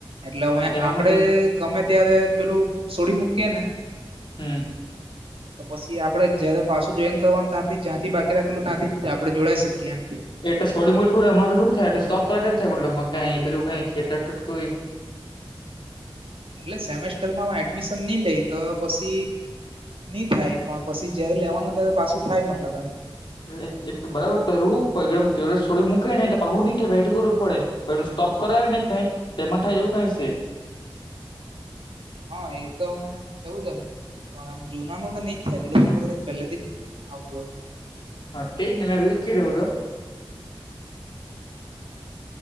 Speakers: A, on the right; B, on the left.
A: એટલે હવે
B: એ ટાઈમે
A: આપડે
B: હું જોયું
A: ગમે અત્યારે પેલું સોડી મૂકીએ ને,
B: હમ
A: તો પછી આપડે જયારે પાછું જોઈન કરવાનું તાંરથી જ્યાંથી બાકી રાખેલું તાંથી આપડે જોડાઈ સકીએ, એમ.
B: એટો છોડ્યું <unintelligible> થાય સ્ટોપ કરે મતલબમાં કઈ પેલુ કંઇ <unintelligible> કોઈ
A: એટલે સેમેસ્ટરમાં એડમિશન નહી લઈ તો પસી ની થાય, પણ પસી જયારે લેવાનું ત્યારે પાછું થાય મતલબ એમ
B: એ એ તો બરાબર તો હું પગડમ કે છોડી મૂકે ને તો પહુ નીઠે બેઠું કરવું પડે પેલુ એ સ્ટોપ કરાવે ને કઈ તો એમાં થાય એવું કઈ સે
A: હા એ તો હવે એવું જ હસે પણ એમ જુનાનું તો ની જ થાય, તે લોકોને પેલેથી જ આવતુ હહે.
B: હા તે જ ને, મેં બી એજ કીધુ હુતો.